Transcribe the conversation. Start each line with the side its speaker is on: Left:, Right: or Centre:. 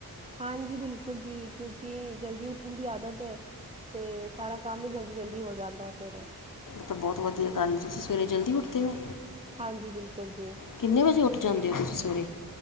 Right: ਹਾਂਜੀ ‌, ਬਿਲਕੁਲ ਜੀ ਕਿਉਂਕਿ ਜਲਦੀ ਉੱਠਣ ਦੀ ਆਦਤ ਹੈ। ਤੇ ਸਾਰਾ ਕੰਮ ਵੀ ਜਲਦੀ-ਜਲਦੀ ਹੋ ਜਾਂਦਾ ਹੈ। ਫੇਰ
Left: ਤਾਂ ਬਹੁਤ ਵਧੀਆ ਗੱਲ ਤੁਸੀਂ ਸਵੇਰੇ ਜਲਦੀ ਉੱਠਦੇ ਹੋ।
Right: ਹਾਂਜੀ, ਬਿਲਕੁਲ ਜੀ।
Left: ਕਿੰਨੇ ਵਜੇ ਉੱਠ ਜਾਂਦੇ ਹੋ ਤੁਸੀਂ ਸਵੇਰੇ।